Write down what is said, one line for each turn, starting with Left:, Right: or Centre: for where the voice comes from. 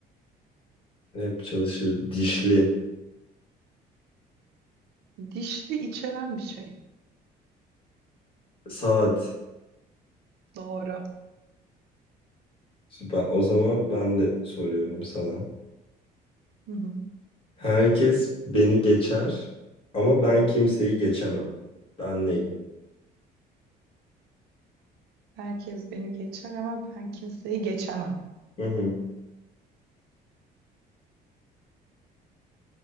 Left: Hep çalışır. Dişli.
Right: Dişli içeren bir şey.
Left: Saat.
Right: Doğru.
Left: Süper. O zaman ben de soruyorum sana.
Right: Hı hı.
Left: Herkes beni geçer ama ben kimseyi geçemem. Ben neyim?
Right: Herkes beni geçer ama ben kimseyi geçemem.
Left: Hı hı.